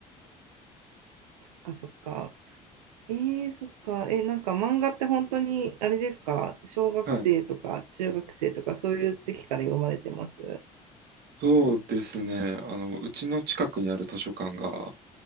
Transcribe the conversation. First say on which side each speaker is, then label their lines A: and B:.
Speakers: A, on the right; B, on the right.
A: っかそっか。ええそっか。え、なんか漫画って本当に、あれですか小学生とか中学生とかそういう時期から読まれてます
B: はい。そうですね。あの、うちの近くにある図書館が、